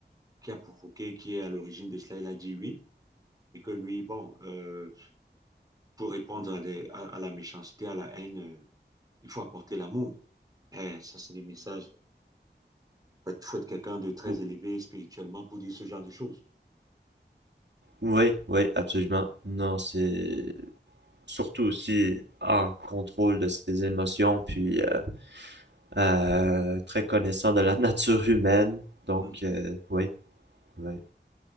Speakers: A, on the right (about 20°); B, on the right (about 70°).
A: qui a provoqué, qui est à l'origine de cela? Il a dit oui. et que lui, bon, euh, pour répondre à, des, à, à la méchanceté, à la haine, euh, il faut apporter l'amour. Eh, ça, c'est des messages. Il faut, faut être quelqu'un de très
B: Mhm.
A: élevé spirituellement pour dire ce genre de choses.
B: Oui, oui, absolument. Non, c'est surtout aussi en contrôle de ses émotions, puis euh, euh, très connaissant de la <laughs> nature humaine. Donc,
A: Mhm.
B: euh, oui, oui.